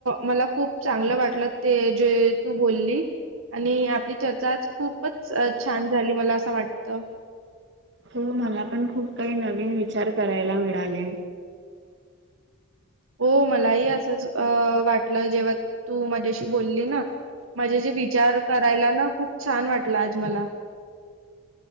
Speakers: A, on the right; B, on the right.
A: मला खूप चांगलं वाटलं ते जे तू बोली -- आणि आपली चर्चा आज खूपच छान झाली मला असं वाटत.
B: हो मला पण खूप काही नवीन विचार करायला मिळाले.
A: हो मलाही असं अ वाटलं जेव्हा तू माझ्याशी बोलली ना. माझे जे विचार करायला ना खूप छान वाटला आज मला.